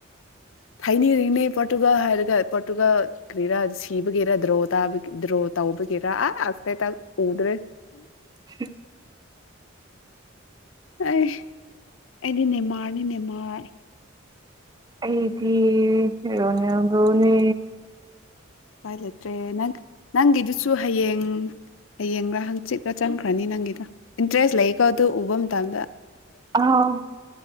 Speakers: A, on the left; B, on the right.
A: ꯍꯥꯏꯅꯔꯤꯅꯦ ꯄꯣꯔꯇꯨꯒꯜ ꯍꯥꯏꯔꯒ ꯄꯣꯔꯇꯨꯒꯜ ꯀꯔꯤꯔꯥ ꯁꯤꯕꯒꯤꯦꯔ ꯗ꯭ꯔꯣ ꯗ꯭ꯔꯣ ꯇꯧꯕꯒꯤꯦꯔ ꯑꯥ ꯑꯇꯇ ꯎꯗ꯭ꯔꯦ
B: <unintelligible>
A: ꯑꯦ ꯑꯦꯗꯤ ꯅꯦꯃꯥꯔꯅꯤ ꯅꯦꯃꯥꯔ
B: ꯑꯩꯗꯤ ꯔꯣꯅꯥꯜꯗꯣꯅꯦ
A: ꯎꯄꯥꯏ ꯂꯩꯇ꯭ꯔꯦ ꯅꯪ ꯅꯪꯒꯤꯗꯨꯁꯨ ꯍꯌꯦꯡ ꯍꯌꯦꯡꯒ ꯍꯪꯆꯤꯠꯂꯥ ꯆꯟꯈ꯭ꯔꯅꯤ ꯅꯪꯒꯤꯗꯣ ꯏꯟꯇꯔꯦꯁ ꯂꯩꯀꯣ ꯑꯗꯨꯣ ꯎꯕ ꯃꯇꯝꯗ
B: ꯑꯥꯎ